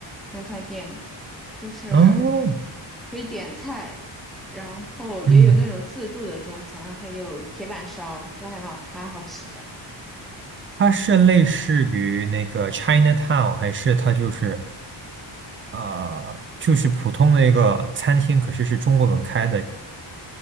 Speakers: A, in the centre; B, on the right (about 30°).
A: 中餐店，就是
B: 哦，
A: 可以点菜，然后也有那种自助的中餐，
B: 嗯，
A: 还有铁板烧，都还蛮蛮好吃的。
B: 它是类似于那个 Chinatown，还是它就是啊、呃就是普通的一个餐厅，可是是中国人开的？